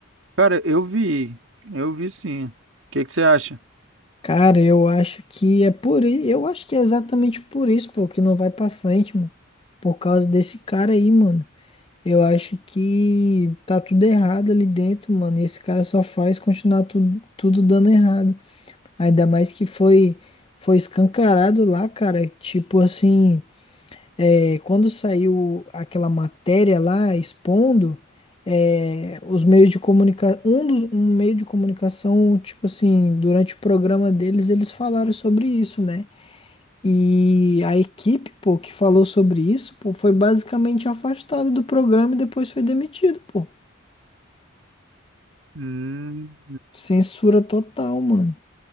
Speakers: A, on the right; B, on the left.
A: Cara, eu vi, eu vi sim. O que que você acha?
B: Cara, eu acho que é por isso, eu acho que é exatamente por isso, pô, que não vai pra frente, mano. Por causa desse cara aí, mano. Eu acho que tá tudo errado ali dentro, mano. E esse cara só faz continuar tudo, tudo dando errado. Ainda mais que foi, foi escancarado lá, cara. Tipo assim, é, quando saiu aquela matéria lá expondo, é, os meios de comunicação, um dos, um meio de comunicação, tipo assim, durante o programa deles, eles falaram sobre isso, né? E a equipe, pô, que falou sobre isso, pô, foi basicamente afastada do programa e depois foi demitido, pô.
A: Hum,
B: Censura total, mano.